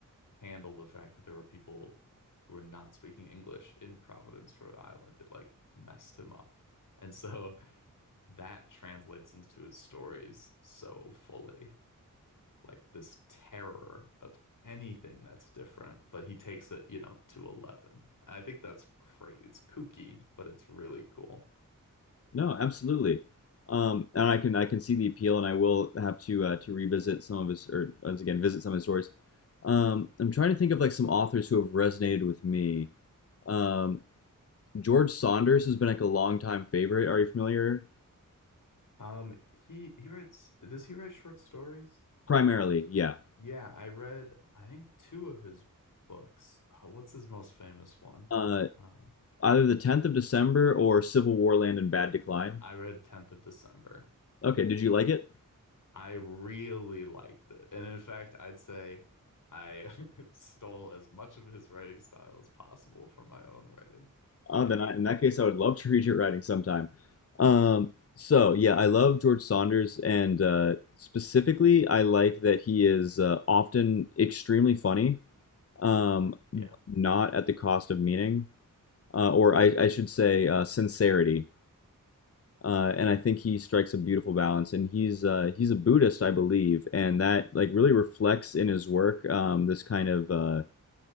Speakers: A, on the left; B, on the left.
A: handle the fact that there were people who were not speaking English in Providence, Rhode Island. It like messed him up. And so that translates into his stories so fully. Like this terror of anything that's different, but he takes it, you know, to 11. I think that's great. It's kooky, but it's really cool.
B: No, absolutely. Um, and I can I can see the appeal, and I will have to uh, to revisit some of his or once again visit some of his stories. Um, I'm trying to think of like some authors who have resonated with me. Um, George Saunders has been like a longtime favorite. Are you familiar?
A: Um, he he writes, does he write short stories?
B: Primarily, yeah.
A: Yeah, I read, I think two of his books. Oh, what's his most famous one?
B: Uh,
A: Um,
B: either the 10th of December or Civil War Land and Bad Decline.
A: I read 10th of December.
B: Okay, did you like it?
A: I really liked it. And in fact, I'd say I <laughs> stole as much of his writing style as possible for my own writing.
B: Oh,
A: Yeah.
B: then I, in that case, I would love to <laughs> read your writing sometime. Um, so yeah, I love George Saunders, and uh, specifically, I like that he is uh, often extremely funny, um,
A: Yeah.
B: not at the cost of meaning, uh, or I, I should say, uh, sincerity. Uh, and I think he strikes a beautiful balance. And he's uh, he's a Buddhist, I believe, and that like really reflects in his work um, this kind of uh,